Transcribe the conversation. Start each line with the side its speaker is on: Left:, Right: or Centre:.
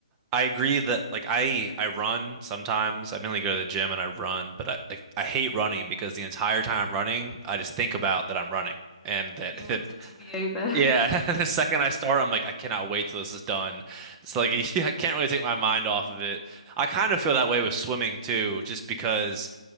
Right: I agree that like I I run sometimes. I mainly go to the gym and I run, but I like, I hate running because the entire time I'm running, I just think about that I'm running and that,
Centre: And you want
Right: that
Centre: it to be Over.
Right: yeah, <laughs> the second I start, I'm like I cannot wait till this is done. It's like <laughs> I can't really take my mind off of it. I kind of feel that way with swimming too, just because